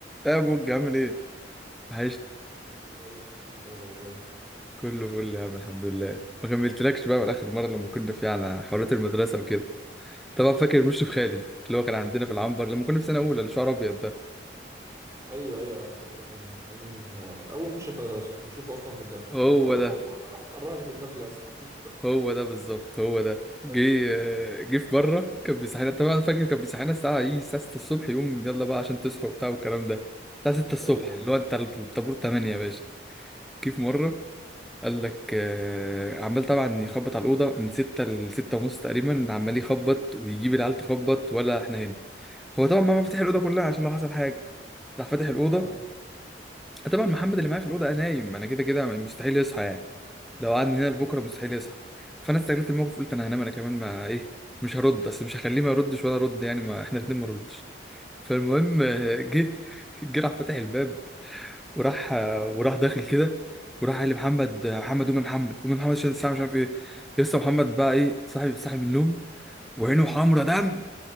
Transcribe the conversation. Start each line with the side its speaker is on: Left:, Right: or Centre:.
Centre: يا بوج عامل ايه؟ عايش
Right: الحمد لله يوسف انت ايه الاخبار
Centre: كله فل يا عم الحمد لله ما كملتلكش بقى من اخر مره لما كنا في على حوارات المدرسه وكده طبعا فاكر المشرف خالد اللي هو كان عندنا في العنبر لما كنا في سنه اولى اللي شعره ابيض ده
Right: ايوه ايوه يا عم فاكره كان كان آه، اول مشرف نشوفه اصلا في الدخل
Centre: هو
Right: كان أو- اول
Centre: ده
Right: اول واحد كرهني في الدخل اصلا
Centre: هو ده بالظبط هو ده جه
Right: <laughs> ايوه
Centre: جه في مره كان بيصحينا طبعا فاكر كان بيصحينا الساعه ايه الساعه 6 الصبح يقوم يلا بقى عشان تصحوا وبتاع والكلام ده الساعه 6 الصبح
Right: ايوه ايوه
Centre: اللي هو انت الطابور 8 يا باشا كيف مره قال لك آه، عمال طبعا يخبط على الأوضة من ستة لستة ونص تقريبا عمال يخبط ويجيب العيال تخبط ولا احنا هنا هو طبعا ما فتح الأوضة كلها عشان لو حصل حاجة راح فاتح الأوضة
Right: اه
Centre: آه، طبعا محمد اللي معايا في الأوضة نايم أنا كده كده مستحيل يصحى يعني لو قعدنا هنا
Right: مم.
Centre: لبكرة مستحيل يصحى فأنا استغلت الموقف قلت أنا هنام أنا كمان ما إيه مش هرد أصل مش هخليه ما يردش وأنا أرد يعني ما احنا الاتنين ما نردش فالمهم آه، جه جه راح فاتح الباب وراح وراح داخل كده وراح قال لمحمد محمد قوم يا محمد قوم يا محمد عشان الساعه مش عارف ايه لسه محمد بقى ايه صاحي صاحي من النوم وعينه حمرا دم